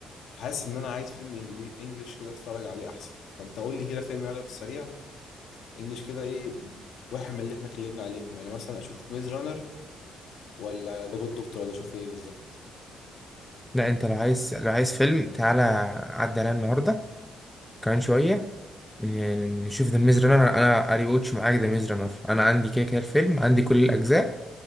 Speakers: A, on the left; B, in the centre.
A: حاسس ان انا عايز فيلم إنجلي- انجليش كده اتفرج عليه احسن فانت قول لي كده فيلم يلا في السريع انجليش كده ايه واحد من اللي احنا اتكلمنا عليهم يعني مثلا اشوف ميز رانر ولا ذا جود دكتور ولا اشوف ايه بالظبط
B: لا أنت لو عايز لو عايز فيلم تعالى عدى عليا النهاردة كمان شوية ن- نشوف ذا ميز رانر أنا أري واتش معاك ذا ميز رانر أنا عندي كده كده الفيلم عندي كل الأجزاء